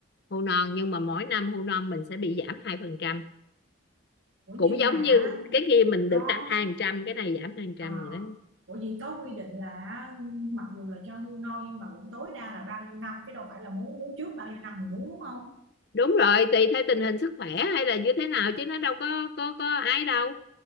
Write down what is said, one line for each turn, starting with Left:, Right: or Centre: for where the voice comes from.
Left: hưu non nhưng mà mỗi năm hưu non mình sẽ bị giảm hai phần trăm
Right: Ủa
Left: cũng
Right: nhưng
Left: giống
Right: mà
Left: như cái kia mình
Right: có
Left: được tám hai phần trăm cái này giảm hai phần trăm
Right: À,
Left: vậy đó
Right: ủa gì có quy định là mặc dù là cho hưu non nhưng mà cũng tối đa là bao nhiêu năm chứ đâu phải là muốn muốn trước bao nhiêu năm thì muốn đúng không?
Left: đúng rồi tùy theo tình hình sức khỏe hay là như thế nào chứ nó đâu có có có ai đâu